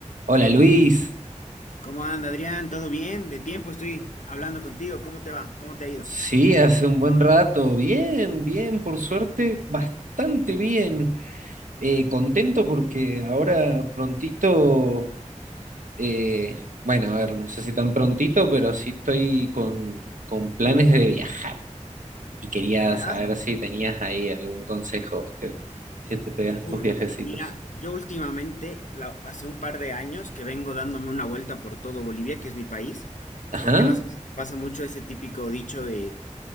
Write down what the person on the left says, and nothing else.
¿Cómo anda, Adrián? ¿Todo bien? De tiempo estoy hablando contigo. ¿Cómo te va? ¿Cómo te ha ido?
¿Verdad?
Uy,
mira, yo últimamente, la- hace un par de años que vengo dándome una vuelta por todo Bolivia, que es mi país,
porque no sé si te pasa mucho ese típico dicho de